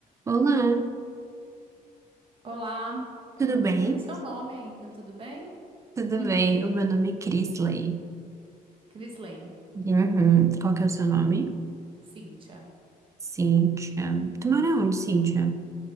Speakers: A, on the right (about 20°); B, on the right (about 35°).
A: Olá,
B: Olá,
A: tudo
B: eu não perguntei
A: bem?
B: seu nome ainda, tudo bem?
A: Tudo
B: <laughs>
A: bem, o meu nome é Crisley.
B: Crisley,
A: Uhum. Qual que é o seu nome?
B: Cíntia.
A: Cíntia. Tu mora onde, Cíntia?